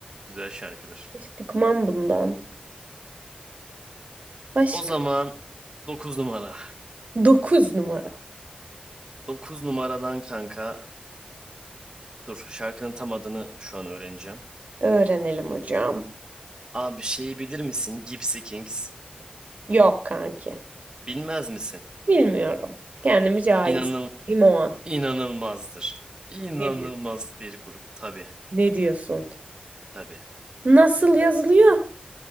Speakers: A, on the right; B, on the right.
A: Güzel şarkıdır.
B: Hiç bıkmam bundan. Başka?
A: O zaman 9 numara.
B: 9 numara.
A: 9 numaradan kanka. Dur şarkının tam adını şu an öğreneceğim.
B: Öğrenelim hocam.
A: Abi şeyi bilir misin? Gypsy Kings.
B: Yok kanki.
A: Bilmez misin?
B: Bilmiyorum. Kendimi cahil
A: İnanıl
B: hissettiğim o an.
A: inanılmazdır. İnanılmaz
B: Ne diyor?
A: bir grup. Tabii
B: Ne diyorsun?
A: tabii.
B: Nasıl yazılıyor?